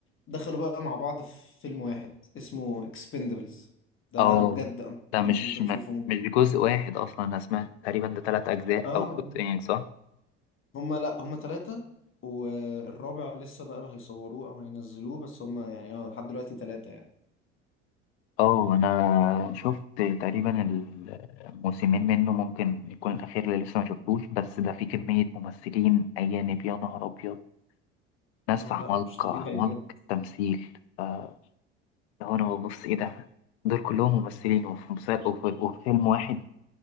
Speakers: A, on the left; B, on the left.
A: دخلوا بقى مع بعض في فيلم واحد اسمه اكسبندبلز ده
B: اه
A: انا بجد انت
B: ده مش
A: انت تشوفه
B: م- مش جزء واحد اصلا انا سمعت تقريبا ده ثلاث اجزاء
A: اه
B: او جزئين صح
A: هما لا هما ثلاثة والرابع لسه بقى هيصوروه أو هينزلوه بس هما يعني اه لحد دلوقتي ثلاثة يعني
B: اه انا شفت تقريبا الموسمين منه ممكن يكون الاخير اللي لسه ما شفتوش بس ده فيه كميه ممثلين اجانب يا نهار ابيض ناس
A: اه
B: عمالقه
A: لا مش طبيعي
B: عمالقه
A: بجد
B: تمثيل آه، لو انا ببص ايه ده دول كلهم ممثلين وفي مسلسل وفي وفي فيلم واحد